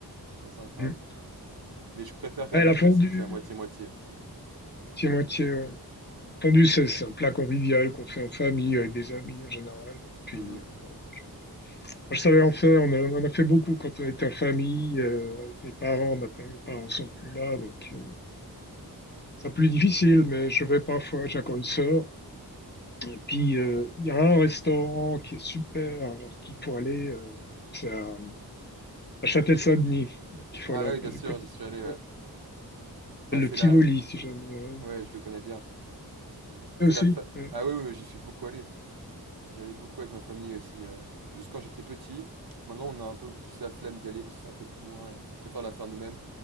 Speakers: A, on the right; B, on the left.
A: C'est assez incroyable.
B: Mm.
A: Mais je préfère quand
B: Ouais,
A: même
B: la
A: la classique,
B: fondue,
A: la moitié-moitié.
B: moitié-moitié, ouais. Fondue, c'est c'est un plat convivial qu'on fait en famille, avec des amis en général. Et puis,
A: Mhm.
B: euh, bon. Moi, je savais en faire, on, a- on en a fait beaucoup quand on était en famille, euh, avec mes parents. Maintenant, mes parents sont plus là, donc euh, c'est plus difficile, mais je vais parfois, j'ai encore une sœur. Et puis, euh, il y a un restaurant qui est super, alors qu'il faut aller, euh, c'est à, à Châtel-Saint-Denis, donc il faut
A: Ah
B: aller
A: ouais,
B: un
A: oui,
B: peu
A: bien
B: du
A: sûr,
B: côté.
A: j'y suis allé.
B: du
A: Ouais. Là,
B: Le
A: c'est
B: Tivoli,
A: la.
B: si jamais. ouais.
A: Ouais, je le connais bien. C'est
B: Et aussi,
A: la fa...
B: ouais,
A: Ah oui, oui, oui, j'y suis beaucoup allé. J'y allais beaucoup avec ma famille aussi. euh. Plus quand j'étais petit. Maintenant, on a un peu plus la flemme d'y aller parce que c'est un peu plus loin. et on préfère la faire nous-mêmes.